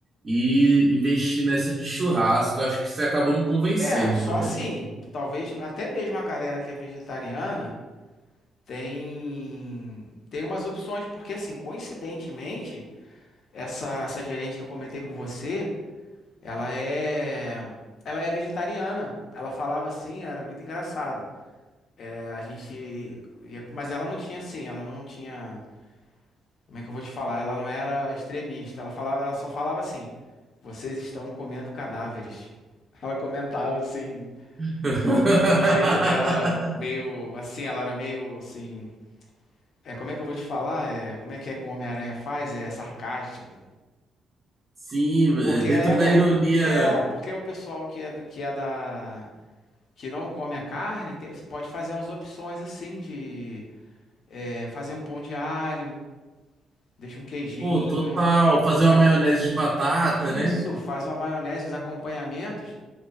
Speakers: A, on the right; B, on the left.
A: e investir nessa de churrasco. Acho que você acabou me convencendo,
B: É, só
A: meu
B: assim,
A: velho.
B: talvez até mesmo a galera que é vegetariana tem tem umas opções, porque assim, coincidentemente, essa essa gerente que eu comentei com você, ela é ela é vegetariana. Ela falava assim, era muito engraçado. É, a gente ia- mas ela não tinha assim, ela não tinha, como é que eu vou te falar? Ela não era extremista. Ela falava, ela só falava assim: "Vocês estão comendo cadáveres". Ela comentava assim,
A: <laughs>
B: Do, do, do jeito dela, meio assim, ela era meio assim. É, como é que eu vou te falar? É, como é que é que o Homem-Aranha faz? É sarcástico.
A: Sim, é
B: Porque
A: dentro
B: aí a,
A: da
B: ga-
A: ironia,
B: é, porque o pessoal que é do que é da que não come a carne, tem- você pode fazer umas opções assim de é, fazer um pão de alho, deixa um queijinho,
A: pô, total, fazer
B: mas
A: uma maionese de batata,
B: isso,
A: né?
B: faz uma maionese, uns acompanhamentos